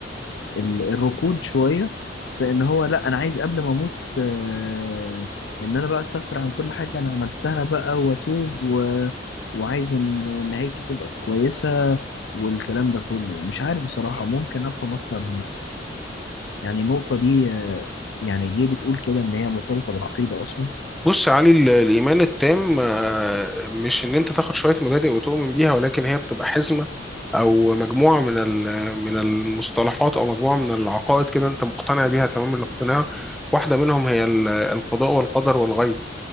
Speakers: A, on the left; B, in the centre.
A: ال- الركود شوية في ان هو لا انا عايز قبل ما اموت آه، ان انا بقى استغفر عن كل حاجة انا عملتها بقى واتوب و... وعايز ان نهايتي تبقى كويسة والكلام ده كله مش عارف بصراحة ممكن افهم اكتر يعني النقطة دي آه، يعني ليه بتقول كده ان هي مرتبطة بالعقيدة اصلا
B: بص يا علي ال- الإيمان التام آه، مش إن أنت تاخد شوية مبادئ وتؤمن بيها ولكن هي بتبقى حزمة أو مجموعة من ال... من المصطلحات أو مجموعة من العقائد كده أنت مقتنع بيها تمام الاقتناع واحدة منهم هي ال- القضاء والقدر والغيب